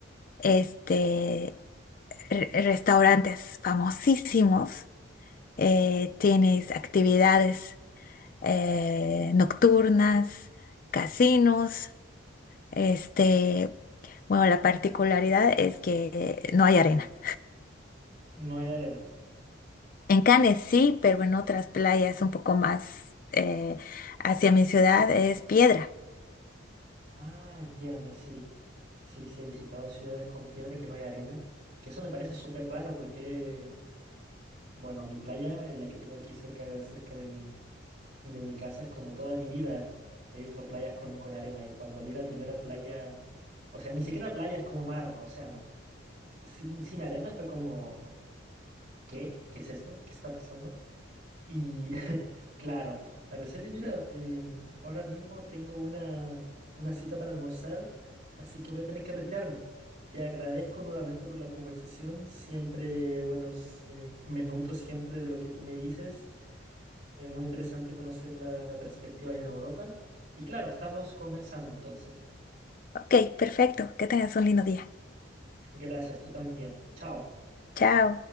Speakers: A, on the left; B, on the right.
A: este, re- restaurantes famosísimos, eh, tienes actividades eh, nocturnas, casinos, este, bueno, la particularidad es que no hay arena.
B: No hay arena.
A: En Cannes sí, pero en otras playas un poco más eh, hacia mi ciudad es piedra.
B: Ah, entiendo, sí. Sí, sí, he visitado ciudades con piedra que no hay arena, que eso me parece súper raro porque... Bueno, mi playa, eh, la que tengo aquí cerca, cerca de mi, de mi casa, es como toda mi vida he visto playas con, con arena y cuando vi la primera playa, o sea, ni siquiera playa, es como mar, océano. Sin, sin arena fue como, ¿qué? ¿Qué es esto? ¿Qué está pasando? Y <laughs> claro, Araceli, mira, em, ahora mismo tengo una, una cita para almorzar, así que voy a tener que retirarme. Te agradezco nuevamente por la conversación. Siempre, bueno, es, eh, me nutro siempre de lo que tú me dices. Es muy interesante conocer la, la perspectiva allá en Europa. Y claro, estamos conversando entonces.
A: Ok, perfecto. Que tengas un lindo día.
B: Gracias, tú también. Chao.
A: Chao.